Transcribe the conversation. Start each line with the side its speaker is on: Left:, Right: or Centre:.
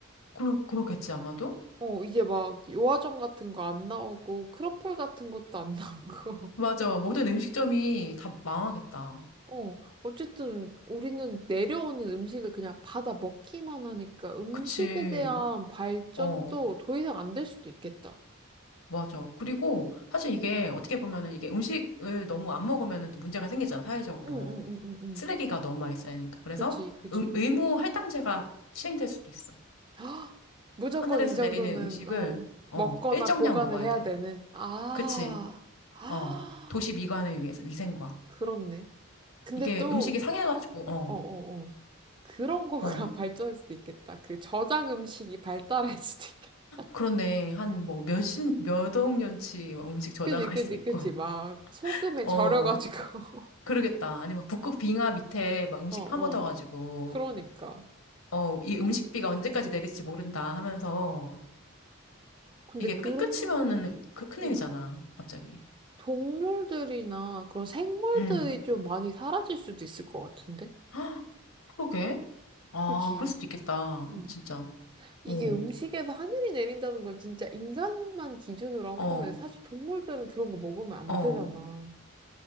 Left: 그러, 그렇겠지, 아마도?
Right: 어, 이제 막 요아정 같은 거 안 나오고 크로플 같은 것도 안 나오고.
Left: 맞아. 모든 음식점이 다 망하겠다.
Right: <laughs> 어, 어쨌든 우리는 내려오는 음식을 그냥 받아 먹기만 하니까 음식에
Left: 그치.
Right: 대한 발전도
Left: 어,
Right: 더 이상 안 될 수도 있겠다.
Left: 맞아. 그리고 사실 이게 어떻게 보면은 이게 음식을 너무 안 먹으면은 또 문제가 생기잖아, 사회적으로.
Right: 응, 응, 응, 응, 응.
Left: 쓰레기가 너무 많이 쌓이니까. 그래서
Right: 그지, 그지.
Left: 음, 의무 할당제가 시행될 수도 있어.
Right: <gasps> 무조건
Left: 하늘에서
Right: 이 정도는
Left: 내리는 음식을,
Right: 어,
Left: 어,
Right: 먹거나
Left: 일정량
Right: 보관을
Left: 먹어야
Right: 해야
Left: 돼.
Right: 되는. 아,
Left: 그치.
Right: 아,
Left: 어, 도시 미관을 위해서, 위생과.
Right: 그렇네. 근데
Left: 이게
Right: 또
Left: 음식이 상해가지고, 어.
Right: 어어어. 그런 거가
Left: 어,
Right: <laughs> 발전할 수도 있겠다. 그 저장 음식이 발달할 <laughs> 수도 있겠다.
Left: 그렇네. 한 뭐 몇십, 몇억 년치 막 음식 저장할
Right: 그지, 그지,
Left: 수 있고.
Right: 그지.
Left: <laughs>
Right: 막 소금에
Left: 어,
Right: 절여가지고. <laughs>
Left: 그러겠다. 아니면 북극 빙하 밑에 막 음식
Right: 어, 어.
Left: 파묻어가지고,
Right: 그러니까.
Left: 어, 이 음식비가 언제까지 내릴지 모른다 하면서,
Right: 근데
Left: 이게
Right: 그러면은,
Left: 끝, 끝이면은 그, 큰일이잖아.
Right: 음,
Left: 갑자기.
Right: 동물들이나 그런 생물들이
Left: 음.
Right: 좀 많이 사라질 수도 있을 것 같은데?
Left: <gasps> 헉, 그러게. 아,
Right: 그지.
Left: 그럴 수도 있겠다.
Right: 음.
Left: 진짜.
Right: 이게
Left: 오,
Right: 음식에서 하늘이 내린다는 건 진짜 인간만 기준으로 한
Left: 어,
Right: 거네. 사실 동물들은 그런 거 먹으면 안
Left: 어.
Right: 되잖아.